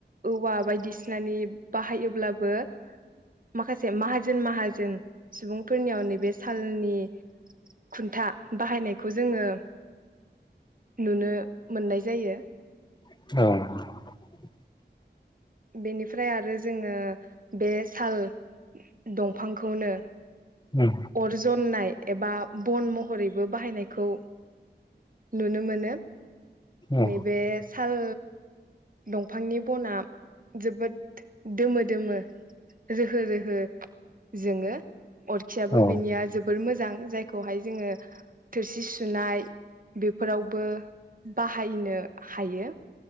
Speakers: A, on the right; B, on the left.
A: औवा बायदिसिनानि बाहायोब्लाबो माखासे माहाजोन माहाजोन सुबुंफोरनियाव नैबे सालनि खुन्था बाहायनायखौ जोङो नुनो मोननाय जायो।
B: थ'
A: बेनिफ्राय आरो जोङो बे साल दंफांखौनो
B: उम
A: अर जननाय एबा बन महरैबो बाहायनायखौ नुनो मोनो।
B: उम
A: नैबे श साल दंफांनि बना जोबोद दोमो दोमो रोहो रोहो जोङो। अरखियाबो
B: औ
A: बिनिया जोबद मोजां। मोजां जायखौहाय जोङो थोरसि सुनाय बेफोरावबो बाहायनो हायो।